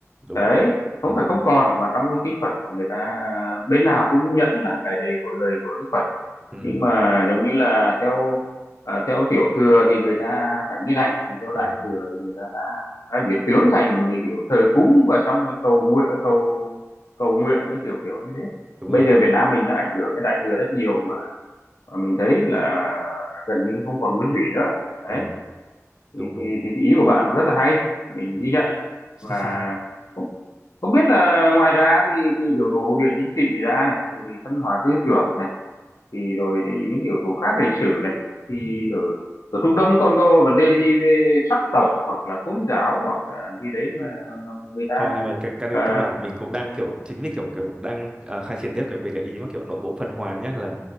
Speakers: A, on the right; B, on the left.
A: đúng
B: đấy không
A: ừ
B: phải không còn mà trong kinh Phật người ta bên nào cũng nhận là cái đấy của lời của Đức Phật
A: ừ
B: nhưng mà giống như là theo à, theo tiểu thừa thì người ta phải như này mà theo đại
A: ừ
B: thừa thì người ta đã đã biến tướng thành kiểu thờ cúng và xong rồi cầu nguyện cầu cầu nguyện nó kiểu kiểu như thế
A: đúng
B: bây
A: rồi
B: giờ
A: đấy
B: Việt Nam mình nó ảnh hưởng cái đại thừa rất nhiều mà, mà mình thấy là gần như không còn nguyên thủy nữa
A: ừ
B: đấy thì,
A: đúng đúng
B: thì, thì, thì ý của bạn nó rất là hay mình
A: ừ.
B: ghi nhận và
A: <laughs>
B: không, không biết là ngoài ra thì cái yếu tố địa chính trị ra này thì văn hóa tư tưởng này thì rồi thì những yếu tố khác lịch sử này thì
A: Ừ.
B: ở ở Trung Đông còn có vấn đề gì về sắc tộc hoặc là tôn giáo hoặc là gì đấy mà, mà mà người ta
A: không nhưng mà cái căn
B: ờ,
A: căn bản mình cũng đang kiểu chính vì kiểu kiểu đang à, khai triển tiếp cái về cái ý mà kiểu nội bộ phân hóa nhé là